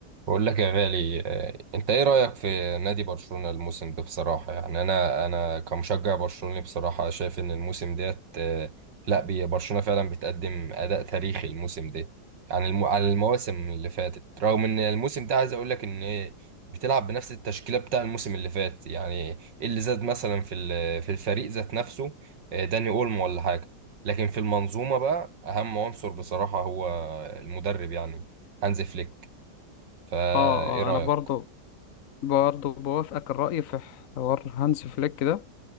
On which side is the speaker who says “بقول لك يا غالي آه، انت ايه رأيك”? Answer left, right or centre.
Right